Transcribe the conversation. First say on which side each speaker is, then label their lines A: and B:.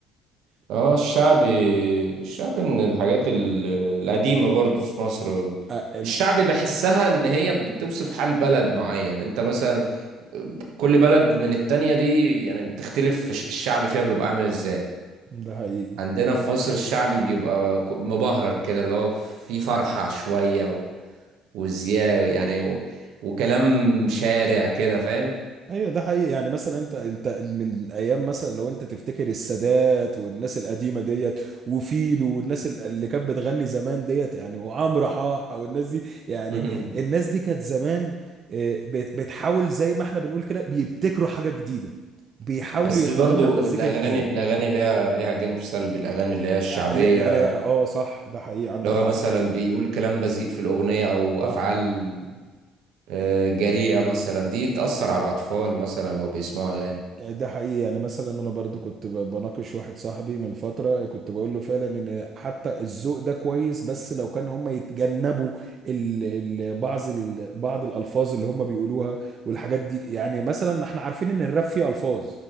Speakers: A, on the right; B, on the right.
A: اه الشعبي الشعبي من الحاجات ال- القديمة برضو في مصر
B: آه، ال-
A: الشعبي بحسها ان هي بتوصف حال بلد معين انت مثلا كل بلد من التانية دي يعني بتختلف في ش- الشعبي فيها بيبقى عامل ازاي
B: ده حقيقي
A: عندنا في مصر الشعبي بيبقى ك- مبهرج كده اللي هو فيه فرحة شوية و... وزياء يعني و... وكلام شارع كده فاهم
B: ايوه ده حقيقي يعني مثلا انت انت من ايام مثلا لو انت تفتكر السادات والناس القديمه ديت وفيلو والناس ال- اللي كانت بتغني زمان ديت يعني وعمرو حاحه والناس دي يعني
A: مم.
B: الناس دي كانت زمان آه، بت- بتحاول زي ما احنا بنقول كده بيبتكروا حاجه جديده بيحاولوا
A: <laughs> بس
B: يطلعوا
A: برضو
B: لنا بمزيكا
A: الأغاني
B: جديده
A: الأغاني ليها ليها جانب سلبي الأغاني اللي هي الشعبية
B: آه، لا لا، انا اه صح ده حقيقي عندك
A: اللي هو
B: حق
A: مثلا بيقول كلام بذيء في الأغنية أو أفعال
B: صح
A: آه، جريئة مثلا دي تأثر على الأطفال مثلا لو بيسمعوا أغاني
B: يعني ده حقيقي يعني مثلا انا برضو كنت ب- بناقش واحد صاحبي من فترة كنت بقول له فعلا ان حتى الذوق ده كويس بس لو كان هم يتجنبوا ال ال بعض ال بعض الالفاظ اللي هم بيقولوها والحاجات دي يعني مثلا ما احنا عارفين ان الراب فيه الفاظ